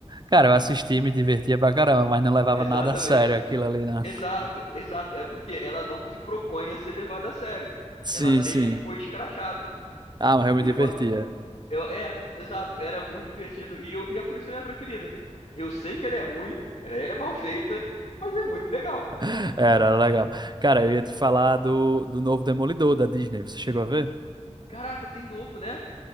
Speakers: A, on the right; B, on the left.
A: Cara, eu assisti, me divertia pra caramba, mas não levava
B: Exatamente.
A: nada a sério aquilo ali, não.
B: Exato, exato. É porque ela não se propõe a ser levada a sério.
A: <laughs> Sim,
B: Ela sempre
A: sim.
B: foi escrachada.
A: Ah, mas eu me
B: E
A: divertia.
B: eu Eu, é, exato, era muito divertido e, eu, e é por isso que é a minha preferida. Eu sei que ela é ruim, ela é mal feita, mas é muito legal.
A: <laughs> Era era legal. Cara, eu ia te falar do, do novo Demolidor da Disney. Você chegou a ver?
B: Caraca, tem novo, né?